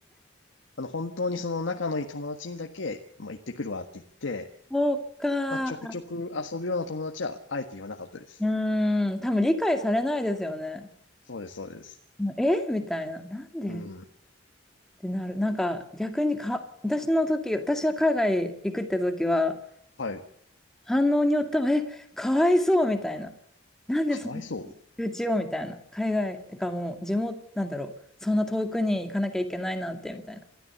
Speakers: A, on the left (about 80°); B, in the centre.
A: あの、本当にその仲のいい友達にだけ、まあ、行ってくるわって言って、
B: そうか。
A: まあ、ちょくちょく遊ぶような友達は、
B: う
A: あえて言わなかったです。
B: ーん、多分理解されないですよね。
A: そうです、そうです。
B: えみたいな。なんでっ
A: うん。
B: てなる。なんか逆にか、私の時、私が海外行くって時は、
A: はい。
B: 反応によっては、え、かわいそうみたいな。なんでそんなうちをみたいな。
A: かわいそう。
B: 海外、てかもう地元、なんだろう。そんな遠くに行かなきゃいけないなんて、みたいな。